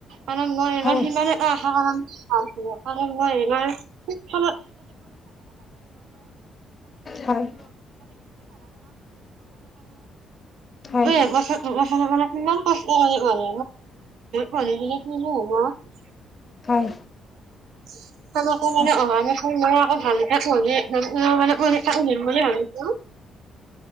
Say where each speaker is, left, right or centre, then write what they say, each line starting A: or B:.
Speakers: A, on the right; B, on the left.
A: মানে মই ইমান
B: হয়
A: সিমান এটা আশা কৰা নাছিলোঁ কাৰণে মই ইমান <inaudible> <inaudible> এই
B: হয় হয়
A: একবছৰ দুবছৰৰ কাৰনে কিমান কষ্ট হ'লে হয়, মই <unintelligible>
B: হয়।
A: <inaudible> তেনেকে মানে
B: অ
A: অহা বছৰ মই আকৌ ভালকে পঢ়ি এক্সামটো দিম বুলি ভাবিছোঁ।